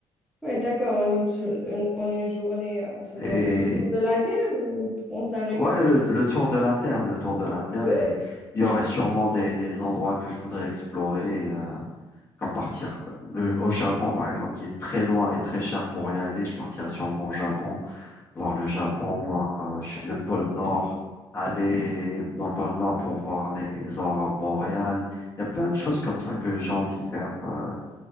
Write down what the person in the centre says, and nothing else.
Ouais, d'accord, en une, jo- en en une journée, en faisant
le tour de la Terre ou en s'arrêtant
et tout.